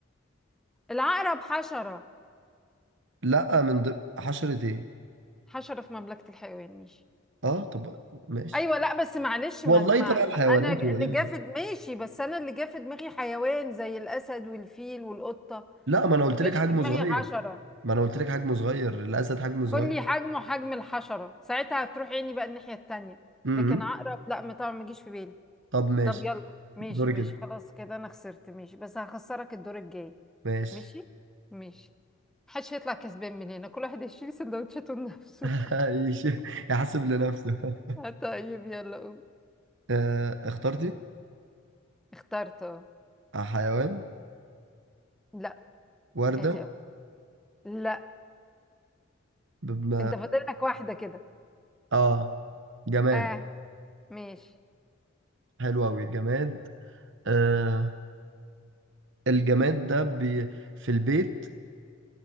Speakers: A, in the centre; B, on the right.
A: العقرب حشرة
B: لا من ض... حشرة ايه
A: حشرة في مملكة الحيوان ماشي
B: اه طب ماشي
A: ايوه لا بس معلش
B: والله
A: ما, ما,
B: طبعا الحيوانات
A: ما انا ج-
B: هو
A: اللي
B: ايه اللي
A: جا في د- ماشي بس انا اللي جا في دماغي حيوان زي الاسد والفيل والقطة
B: لا ما انا قلت
A: ما
B: لك
A: جاش
B: حجمه
A: في دماغي
B: صغير
A: حشرة
B: ما انا قلت لك حجمه صغير الاسد حجمه صغير
A: قول لي حجمه حجم الحشرة ساعتها هتروح عيني بقى الناحية التانية
B: امم
A: لكن عقرب لا ما طبعا ما جيش في بالي
B: طب ماشي
A: طب يلا ماشي
B: دوري
A: ماشي
B: كده
A: خلاص كده انا خسرت ماشي بس هخسرك الدور الجاي
B: ماشي
A: ماشي ماشي محدش هيطلع كسبان من هنا كل واحد هيشيل سندوتشاته لنفسه
B: <laughs> يش- يحسب لنفسه
A: <laughs>
B: <laughs>
A: آه، طيب يلا قول
B: آه، اخترتي
A: اخترت اه
B: حيوان
A: لا
B: وردة
A: ادي اول لا
B: بم...
A: انت فاضل لك واحدة كده
B: اه جماد
A: اه ماشي
B: حلو أوي جماد آه الجماد ده بي في البيت